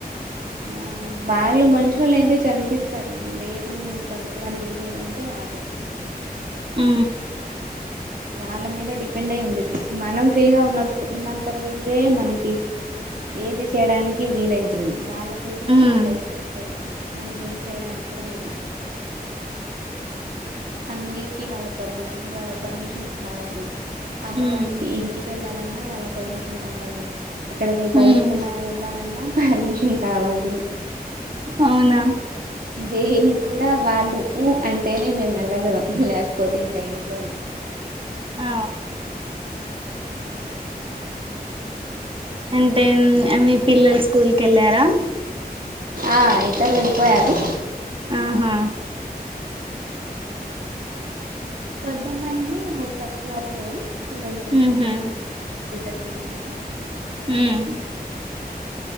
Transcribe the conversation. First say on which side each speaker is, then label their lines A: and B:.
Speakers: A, on the right (about 60°); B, on the right (about 35°).
A: ఆ వాళ్ళు మంచోళ్లు అయితే చదిపిస్తారు లేదు నువ్వు చదువుకోడానికి వీలేదంటే <unintelligible>
B: ఉ
A: వాళ్ళ మీద డిపెండ్ అయి ఉండేద్ది మనం ఫ్రీగా ఉన్నప్పుడు ఉన్నంత రోజే మనకి ఏది చేయడానికి వీలగుతుంది వాళ్ళ చేతులోకి
B: ఉమ్
A: మన లైఫ్ వెళ్తే మనం ఏం చేయడానికి కూడా లేదు అన్నిటికి వాళ్ళ పర్మినల్ పర్మిషన్స్ కావాలి అమ్మ
B: ఉమ్
A: వాళ్ళకి ఇంటి వెళ్ళాలన్నా వాళ్ళ పర్మిషన్ కావాలి ఇక్కడికి బయటికన్నా
B: ఉమ్
A: వెళ్ళాలన్నా పర్మిషన్ కావాలి
B: అవునా
A: దేని కూడా వాళ్ళు ఉ అంటేనే మేము వెళ్ళగలం లేకపోతే ఇంక ఇంట్లోనే
B: ఆ అంటే మీ పిల్లల స్కూల్ కి వెళ్ళారా
A: ఆ ఇద్దరు వెళ్ళిపోయారు
B: ఆహా
A: పెద్దమ్మాయేమో ఫస్ట్ క్లాస్ లో చిన్నమ్మాయేమో
B: ఉహు
A: అంగన్వాడి మాకి ఇద్దరు పిల్లలు కదా
B: మ్